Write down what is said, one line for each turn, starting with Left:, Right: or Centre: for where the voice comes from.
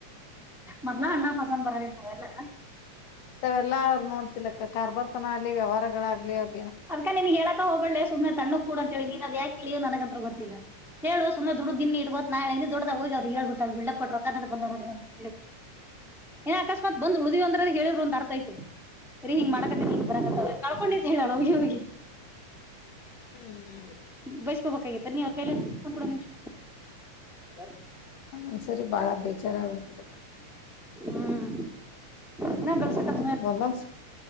Centre: ಮೊದ್ಲ ಅಣ್ಣ ಪಸಂದ್ ಬರಲ್ ಹಿಂತವೆಲ್ಲ
Left: ಹಿಂತವೆಲ್ಲ ಅವ್ರು ನೋಡ್ತಿಲಕ್ಕ ಕಾರ್ಬಾರ್ ತನ ಆಗ್ಲಿ ವ್ಯವಹಾರಗಳಾಗ್ಲಿ ಅವ್ರ
Centre: ಅದ್ಕ ನೀನ್ ಹೇಳಕ ಹೋಗ್ಬ್ಯಾಡ್ಲೆ ಸುಮ್ನೆ ತನ್ನುಗ್ ಕೂಡ ಅಂತ ಹೇಳಿನಿ ನಿನ್ ಅದ ಯಾಕ ಕೆಳಿಯ ನನಗಂತ್ರು ಗೊತ್ತಿಲ್ಲ. ಹೇಳು ಸುಮ್ನ ದುಡ್ಡುದ್ ನಿನ್ನಿ ಇಟಗೋ ನಾ ಹೇಳಿನಿ ದೊಡದಾಗ ಹೋಗ್ ಅವ್ರಿಗ್ ಹೇಳ್ಬಿಟ್ಟಳ ಬಿಡ್ಲಪ್ ಕೊಟ್ಟ ರೊಕ್ಕ <unintelligible> ಬಂದವ ನೋಡ್ರಿ ಅಂತ್ ಹೇಳಿ.
Left: <inaudible>
Centre: ಏ ಅಕಸ್ಮತ್ ಬಂದ ಉಳಿದೀವ್ ಅಂದ್ರ ಹೇಳಿದ್ ಒಂದ ಅರ್ಥೈಐತಿ ರಿ ಹಿಂಗ್ ಮಾಡಾಕತ್ತನಿ ಹಿಂಗ್ ಬರಕತ್ತವ ಕಳ್ಕೊಂಡಿದ್ದ ಹೇಳು ಹೋಗಿ ಹೋಗಿ.
Left: ಹ್ಮ್
Centre: ಬೇಸ್ಕೋಬೇಕ್ ಆಗಿತ್ ನೀ ಅವ್ರ ಕೈಲೆ. ಫೋನ್ ಕೋಡ್ ಒಂದ್ ನಿಮಿಷ್ ಯಾರ್.
Left: ಒಂದೊಂದ್ ಸರಿ ಬಾಳ ಬೇಜಾರ ಆಗ್ ಬಿಡತದ ಅಕ್ಕ.
Centre: ಹ್ಮ್ ಹಿನಾ ಗಳಸಗತ್.
Left: ಒಂದೊಂದಸ್